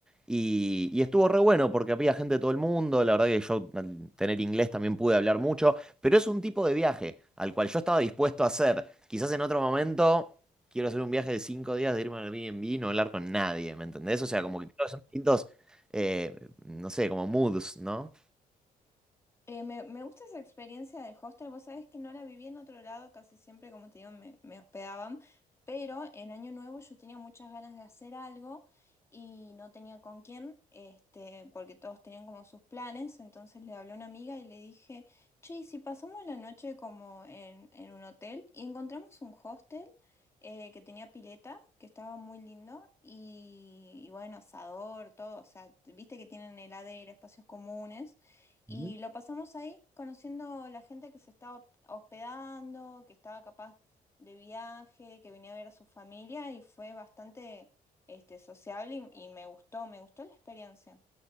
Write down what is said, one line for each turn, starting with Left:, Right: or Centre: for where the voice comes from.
Centre: Y, y estuvo re bueno porque había gente de todo el mundo, la verdad que yo al tener inglés también pude hablar mucho, pero es un tipo de viaje al cual yo estaba dispuesto a hacer. Quizás en otro momento quiero hacer un viaje de cinco días de irme al Airbnb y no hablar con nadie, ¿me entendés? O sea, como que creo que son distintos, eh, no sé, como moods, ¿no?
Left: Eh, me, me gusta esa experiencia del hostel. Vos sabés que no la viví en otro lado, casi siempre, como te digo, me, me hospedaban. Pero en Año Nuevo yo tenía muchas ganas de hacer algo y no tenía con quién, este, porque todos tenían como sus planes. Entonces le hablé a una amiga y le dije, che, ¿y si pasamos la noche como en, en un hotel y encontramos un hostel eh, que tenía pileta, que estaba muy lindo y, y bueno, asador, todo. O sea, viste que tienen heladera, espacios comunes. Y
Centre: Ujú.
Left: lo pasamos ahí, conociendo la gente que se estaba hospedando, que estaba capaz de viaje, que venía a ver a su familia y fue bastante este, sociable y, y me gustó, me gustó la experiencia.